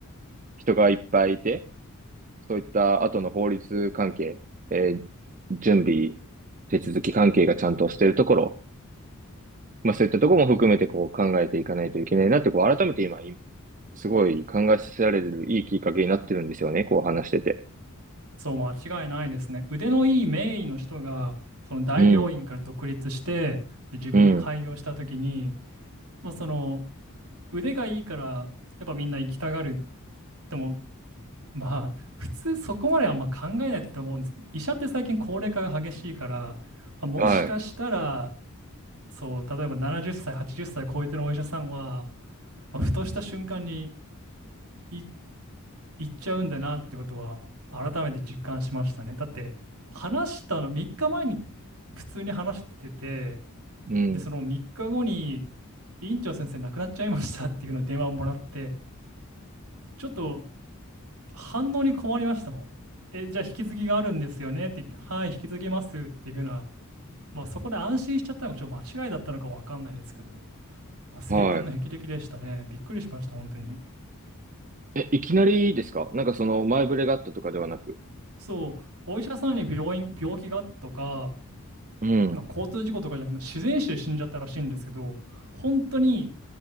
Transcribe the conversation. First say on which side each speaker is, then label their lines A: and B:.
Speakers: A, on the right; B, on the right.
A: 人がいっぱいいて、そういった後の法律関係、えー準備、手続き関係がちゃんとしているところ、まあそういったところも含めてこう考えていかないといけないなって、こう改めて今、いすごい考えさせられるいいきっかけになってるんですよね、こう話してて。
B: そう、間違いないですね。腕のいい名医の人が、その大病院から独立して、
A: うん、
B: で、自分で開業したときに、
A: うん、
B: まあその腕がいいから、やっぱみんな行きたがる。でも、まあ、普通そこまであんま考えないって思うんです。医者って最近高齢化が激しいから、まあもしかしたら、
A: はい、
B: そう、例えば70歳、80歳超えてるお医者さんは、まあふとした瞬間にい行っちゃうんだなってことは、改めて実感しましたね。だって、話したの、3日前に普通に話してて、
A: うん、
B: で、その3日後に、院長先生亡くなっちゃいましたっていうのを電話をもらって、ちょっと反応に困りましたもん。え、じゃあ引き継ぎがあるんですよねって言って、はい、引き継ぎますっていうふうな、まあそこで安心しちゃったのがちょっと間違いだったのかわかんないですけど、まあ、晴天の霹靂でしたね。
A: は
B: びっくりしました、本当に。
A: い。え、いきなりですかなんかその前触れがあったとかではなく。
B: そう、お医者さんに病院、病気がとか、
A: うん。
B: まあ、交通事故とかじゃなくて、自然死で死んじゃったらしいんですけど、本当に